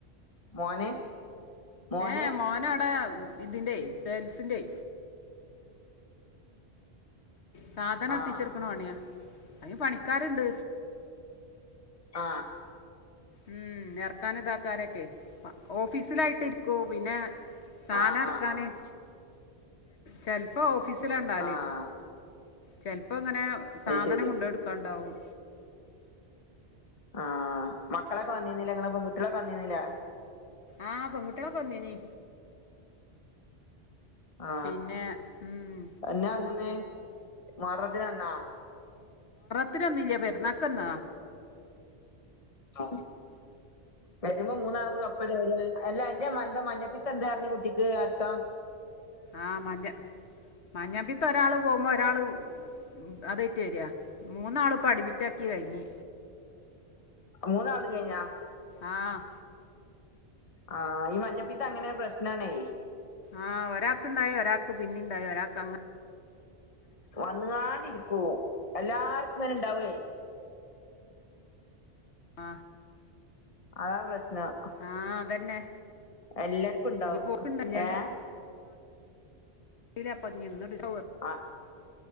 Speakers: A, on the left; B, on the left.
A: മോന് മോന്
B: ഏ മോന അടെ ഇതിന്റെ സേൽസിന്റെ സാധനം എത്തിച്ചെട്ക്ക്ണ
A: ആഹ്
B: പണിയാ അയിന് പണിക്കാര്ണ്ട്
A: ആ
B: ഉം എർക്കാനും ഇതാക്കാനെക്കെ ഓഫീസിലായിട്ട് ഇരിക്കും പിന്നെ സാനം
A: ആഹ്
B: എറക്കാന്
A: ആഹ് ആഹ്
B: ചല് പ്പോ ഓ ഫീ സ് ലാ ഇണ്ടാല്
A: ആഹ്
B: ചെൽ പ്പോ ഇങ്ങനെ സാധനം
A: അത് ശരി
B: കൊണ്ടോട്ക്കാണ്ടാവും
A: ആ മക്കളൊക്കെ വന്നീന്നിലേ ഇങ്ങളെ പെൺ കുട്ടിയോളൊക്കെ വന്നിന്നിലേ
B: ആ പെൺകുട്ടിയോളൊക്കെ വന്നീ നീ
A: ആ
B: പിന്നെ ഉം,
A: എഞ്ഞാ വന്നീന്നെ മുഹറത്തിനന്നാ
B: ത്തിനന്നില്ല പെരുന്നാക്ക് വന്നാ
A: ആ വരുമ്പോ മൂന്നാളും കൂടി ഒപ്പല്ലെ വരാ അല്ല എന്ത എന്തേ മഞ്ഞപ്പിത്തണ്ട് റഞ്ഞ്കുട്ടിക്ക് ആര്ക്കാ
B: ആ മഞ്ഞ മഞ്ഞപ്പിത്ത ഒരാൾ പോകുമ്പോ ഒരാള് അത യ്റ്റ് വരാ മൂന്നാള് പ്പോ അടി മി റ്റാക്കി കഴിഞ്ഞ്
A: മൂന്നാള് തും കയിഞ്ഞോ
B: ആ
A: ആ ഈ മഞ്ഞപ്പിത്ത അങ്ങനെ രു പ്രശ്നാണേ
B: ആ ഒരാക്ക് ണ്ടായി ഒരാക്ക് പിന്നി ണ്ടായി ഒരാക്ക് അങ്ങ
A: വന്ന് കാണ്ടിരിക്കു എല്ലാര്ക്കും ങ്ങനെ ഇണ്ടാവേ
B: അ
A: അതാ പ്രശ്നം
B: ആ അതന്നെ
A: എല്ലാർക്കും ഉണ്ടാവും
B: ഇനി പോക്കുണ്ടല്ലോ
A: ഏ.
B: ഇതാപ്പം. <unintelligible>
A: ആ.